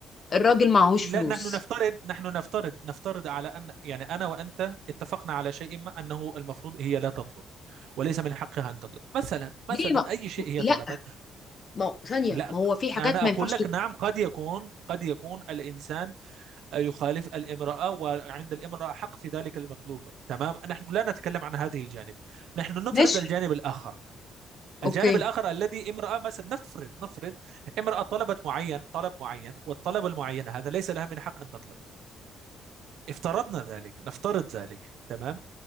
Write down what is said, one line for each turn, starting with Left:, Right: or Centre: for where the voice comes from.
Left: الراجل معهوش
Right: لا
Left: فلوس
Right: نحن نفترض نحن نفترض نفترض على أن يعني أنا وأنت اتفقنا على شيء ما أنه المفروض هي لا تطلب وليس من حقها أن تطلب مثلا مثلا
Left: ليه ما
Right: أي شيء هي
Left: لا
Right: طلبت
Left: ما هو- ثانية
Right: لا
Left: ما هو في حاجات
Right: أنا
Left: ما
Right: أقول
Left: ينفعش
Right: لك
Left: تت-
Right: نعم قد يكون قد يكون الإنسان يخالف الامرأة وعند الامرأة حق في ذلك المطلوب تمام نحن لا نتكلم عن هذه الجانب نحن نفرض
Left: ماشي
Right: الجانب الآخر
Left: اوكي
Right: الجانب الآخر الذي امرأة مثلا نفرض نفرض امرأة طلبت معين طلب معين والطلب المعين هذا ليس لها من حق أن تطلب افترضنا ذلك نفترض ذلك تمام